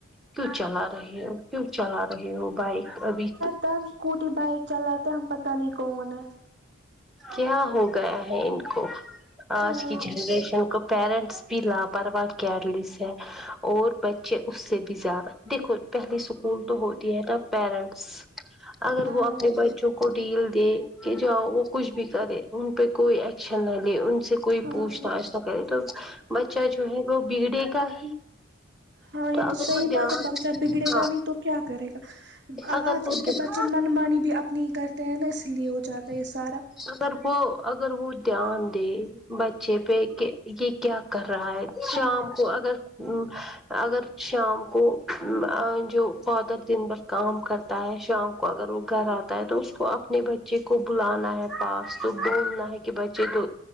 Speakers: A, in the centre; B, on the right (about 60°).
A: کیوں چلا رہے ہو کیوں چلا رہے ہو بائک ابھی
B: تو ہم اسکوٹی بائک چلاتے ہیں ہم پتہ نہیں کون ہے
A: کیا ہو گیا ہے ان کو آج
B: ہاں
A: کی جنریشن کو پیرنٹس لاپرواہ کیئر لیس ہے اور بچے اس سے بھی زیادہ دیکھو پہلے اسکول تو ہوتی ہے نا پیرنٹس اگر
B: ہاں
A: وہ اپنے بچوں کو ڈیل دے کہ جاؤ وہ کچھ بھی کرے ان پہ کوئی شن نہ دے ان سے کوئی
B: ہاں
A: پوچھ تاچھ نہ کرے تو بچہ جو ہے وہ بگڑے گا ہی
B: ہاں یہ
A: اگر
B: تو صحیح
A: وہ دھیان
B: بات ہے بچہ بگڑے گا
A: ہاں
B: نہیں تو کیا کرے گا
A: اگر
B: آج
A: وہ
B: کل
A: دھیان
B: کے بچے من مانی بھی اپنی ہی کرتے ہیں نا اس لیے ہو جاتا ہے یہ سارا
A: اگر وہ اگر وہ دھیان دے بچے پہ کہ یہ کیا کر رہا ہے
B: ہاں
A: شام کو اگر اگر شام کو جو فادر دن کام کرتا ہے شام کو اگر وہ گھر آتا ہے تو اس کو اپنے بچے کو بلانا ہے پاس تو بولنا ہے کہ بچے کو